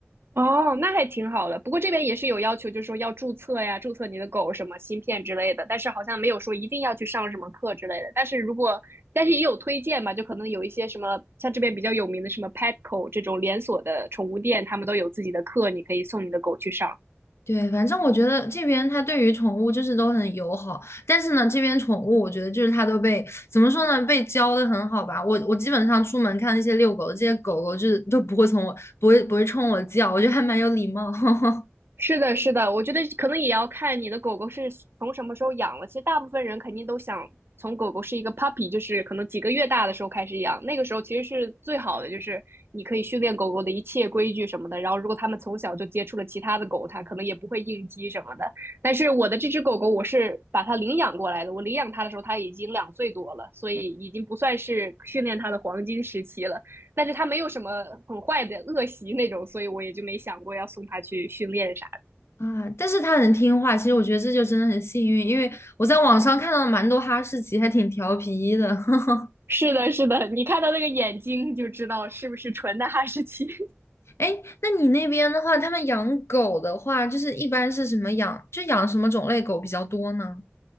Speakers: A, on the right (about 60°); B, on the left (about 75°).
A: 哦，那还挺好的。不过这边也是有要求，就是说要注册呀，注册你的狗什么芯片之类的，但是好像没有说一定要去上什么课之类的。但是如果，但是也有推荐嘛，就可能有一些什么像这边比较有名的什么 Petco 这种连锁的宠物店，他们都有自己的课，你可以送你的狗去上。
B: 对，反正我觉得这边它对于宠物就是都很友好，但是呢，这边宠物我觉得就是它都被怎么说呢，被教的很好吧。我我基本上出门看那些遛狗的这些狗狗，就是都不会从我不会不会冲我叫，我觉得还蛮有礼貌 <laughs>
A: 是的，是的，我觉得可能也要看你的狗狗是从什么时候养了。其实大部分人肯定都想从狗狗是一个 puppy，就是可能几个月大的时候开始养，那个时候其实是最好的，就是你可以训练狗狗的一切规矩什么的。然后，如果它们从小就接触了其他的狗，它可能也不会应激什么的。但是我的这只狗狗，我是把它领养过来的，我领养它的时候它已经两岁多了，所以已经不算是训练它的黄金时期了。但是它没有什么很坏的恶习那种，所以我也就没想过要送它去训练啥。
B: 啊。但是它很听话，其实我觉得这就真的很幸运，因为我在网上看到了蛮多哈士奇，还挺调皮的。<laughs>
A: 是的，是的，你看到那个眼睛就知道是不是纯的哈士奇。<laughs>
B: 哎那你那边的话，他们养狗的话，就是一般是什么养，就养什么种类狗比较多呢？